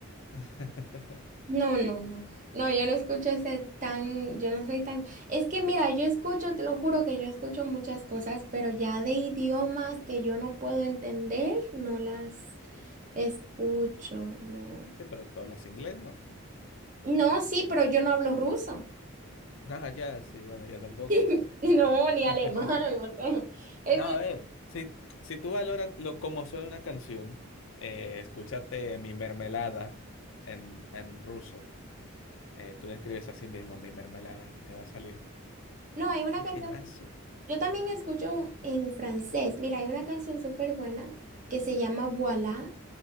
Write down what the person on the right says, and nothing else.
No, no, no. No, yo no escucho ese tan, yo no soy tan. Es que mira, yo escucho, te lo juro que yo escucho muchas cosas, pero ya de idiomas que yo no puedo entender, no las escucho, no.
No, sí, pero yo no hablo ruso.
<laughs> No, ni
alemán, o sea. es-
no, hay una
canción.
Yo también escucho en francés. Mira, hay una canción súper buena que se llama Voilà.